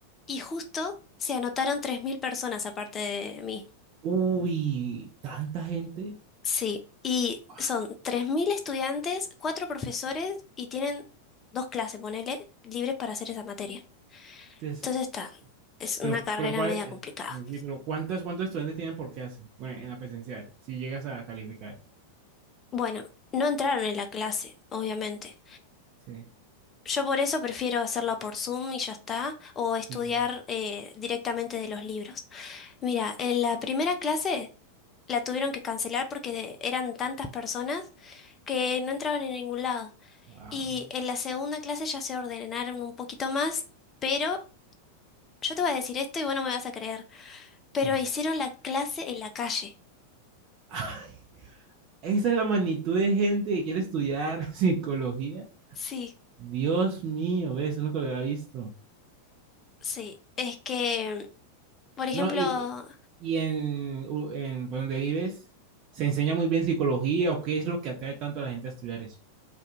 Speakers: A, on the left (about 25°); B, on the right (about 40°).
A: y justo se anotaron 3.000 personas aparte de mí.
B: Uy, tanta gente.
A: Sí, y
B: Guau.
A: son 3.000 estudiantes, cuatro profesores y tienen dos clases, ponele, libres para hacer esa materia.
B: Entonces,
A: Entonces está, es una
B: pero,
A: carrera
B: pero, ¿cuál-
A: media complicada.
B: sí, sí, pero ¿cuántos, cuántos estudiantes tienen por clase? Bueno, en la presencial, si llegas a calificar.
A: Bueno, no entraron en la clase, obviamente.
B: Sí.
A: Yo por eso prefiero hacerla por Zoom y ya está, o estudiar
B: Sí.
A: eh, directamente de los libros. Mira, en la primera clase la tuvieron que cancelar porque eran tantas personas que no entraban en ningún lado.
B: Ah,
A: Y en la segunda clase ya se ordenaron un poquito más, pero yo te voy a decir esto y bueno me vas a creer. Pero
B: ¿qué?
A: hicieron la clase en la calle.
B: Ay, Esa es la magnitud de gente que quiere estudiar <laughs> psicología.
A: Sí,
B: Dios mío, ve, eso nunca lo había visto.
A: sí. Es que, por ejemplo,
B: No, y, y en, u- en por donde vives, ¿se enseña muy bien psicología o qué es lo que atrae tanto a la gente a estudiar eso?